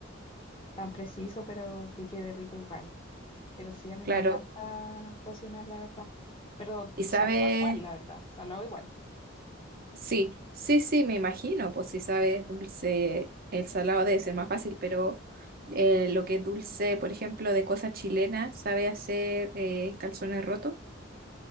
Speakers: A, on the left; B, on the right.
A: tan preciso, pero que quede rico igual. Pero sí, a mí
B: Claro,
A: me encanta cocinar, la verdad. Pero
B: y sabes.
A: salado igual, la verdad, salado igual.
B: Sí, sí, sí, me imagino, pues si sabes dulce, el salado debe ser más fácil, pero eh, lo que es dulce, por ejemplo, de cosas chilenas, ¿sabe hacer eh, calzones rotos?